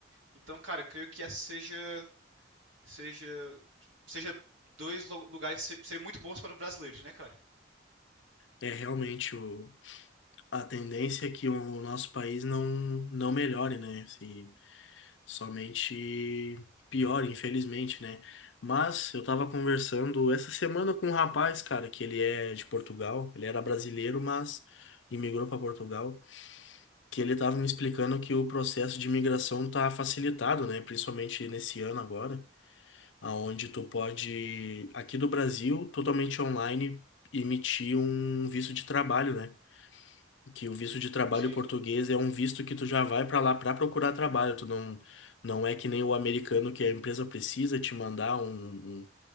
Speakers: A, on the right; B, on the left.
A: Então, cara, eu creio que essa seja seja seja dois lu- lugares que se- seriam muito bons para um brasileiro, né, cara?
B: É realmente o A tendência é que o nosso país não, não melhore, né? Se somente piore, infelizmente, né? Mas eu tava conversando essa semana com um rapaz, cara, que ele é de Portugal, ele era brasileiro, mas imigrou para Portugal, que ele tava me explicando
A: Uhum.
B: que o processo de imigração tá facilitado, né? Principalmente nesse ano agora, aonde tu pode, aqui do Brasil, totalmente online, emitir um visto de trabalho, né? que o visto de trabalho
A: Sim,
B: português é um visto que tu já vai para lá para procurar trabalho, tu não não é que nem o americano que a empresa precisa te mandar um,